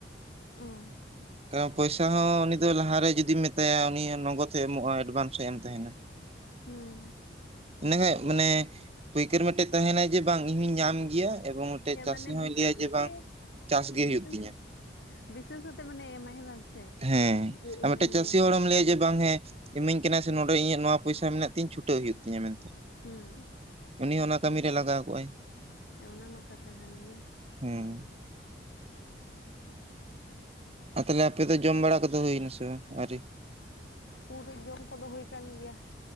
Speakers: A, on the left (about 70°); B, on the right (about 35°).
A: ᱚ
B: ᱛᱟᱭᱟ᱾ ᱴᱟᱠᱟ ᱯᱚᱭᱥᱟ ᱦᱚᱸ ᱩᱱᱤ ᱫᱚ ᱞᱟᱦᱟᱨᱮ ᱡᱩᱫᱤᱢ ᱢᱮᱛᱟᱭᱟ ᱩᱱᱤ ᱱᱚᱜᱚᱫᱮ ᱮᱢᱚᱜᱼᱟ ᱮᱴᱵᱷᱟᱝᱥᱮ ᱮᱢ ᱛᱟᱦᱮᱸᱱᱟ᱾
A: ᱦᱩᱸ᱾
B: ᱤᱱᱟᱹ ᱠᱷᱟᱡ ᱢᱟᱱᱮ ᱯᱟᱹᱭᱠᱟᱹᱨ ᱢᱤᱫᱴᱮᱡ ᱛᱟᱦᱮᱸᱱᱟᱭ ᱡᱮ ᱵᱟᱝ ᱤᱧᱦᱩᱧ ᱧᱟᱢ ᱜᱮᱭᱟ ᱮᱵᱚᱝ ᱢᱤᱫᱴᱮᱡ
A: ᱦᱮᱸ
B: ᱪᱟᱹᱥᱤ
A: ᱢᱟᱱᱮ
B: ᱦᱚᱸᱭ
A: ᱵᱤᱥᱮᱥ
B: ᱞᱟᱹᱭᱟ
A: ᱠᱟᱛᱮ
B: ᱡᱮ ᱵᱟᱝ ᱪᱟᱥ ᱜᱮ
A: ᱵᱤᱥᱮᱥ
B: ᱦᱩᱭᱩᱜ ᱛᱤᱧᱟ᱾
A: ᱵᱤᱥᱮᱥ ᱠᱟᱛᱮ ᱢᱟᱱᱮ ᱮᱢᱟᱭ ᱦᱮᱸ ᱵᱟᱝ ᱥᱮ
B: ᱦᱮᱸ
A: ᱡᱮ
B: ᱟᱨ
A: ᱤᱢᱟᱹᱧ
B: ᱢᱤᱫᱴᱮᱡ ᱪᱟᱹᱥᱤ
A: ᱜᱮᱭᱟ
B: ᱦᱚᱲᱮᱢ ᱞᱟᱹᱭᱟ ᱡᱮ ᱵᱟᱝ ᱦᱮᱸ ᱤᱢᱟᱹᱧ ᱠᱟᱱᱟ ᱥᱮ ᱱᱚᱰᱮ ᱤᱧᱟᱹᱜ ᱱᱚᱣᱟ ᱯᱚᱭᱥᱟ ᱢᱮᱱᱟᱜ ᱛᱤᱧ ᱪᱷᱩᱴᱟᱹᱣ ᱦᱩᱭᱩᱜ ᱛᱤᱧᱟᱹ ᱢᱮᱱᱛᱮ᱾
A: ᱦᱩᱸ
B: ᱩᱱᱤ ᱦᱚᱸ ᱚᱱᱟ
A: ᱦᱩᱸ
B: ᱠᱟᱹᱢᱤ ᱨᱮ ᱞᱟᱜᱟᱣ ᱠᱚᱜᱼᱟᱭ
A: ᱦᱮᱸ ᱚᱱᱟ ᱢᱟ ᱠᱟᱛᱷᱟ ᱠᱟᱱ ᱜᱮᱭᱟ᱾
B: ᱦᱩᱸ᱾ ᱟᱨ ᱛᱟᱦᱚᱞᱮ ᱟᱯᱮ ᱫᱚ ᱡᱚᱢ ᱵᱟᱲᱟ ᱠᱚᱫᱚ ᱦᱩᱭᱱᱟᱥᱮ ᱵᱟᱝ ᱟᱣᱨᱤ?
A: ᱦᱮᱸ <unintelligible> ᱡᱚᱢ ᱠᱚ ᱵᱟᱦᱩ ᱦᱩᱭ ᱠᱟᱱ ᱜᱮᱭᱟ᱾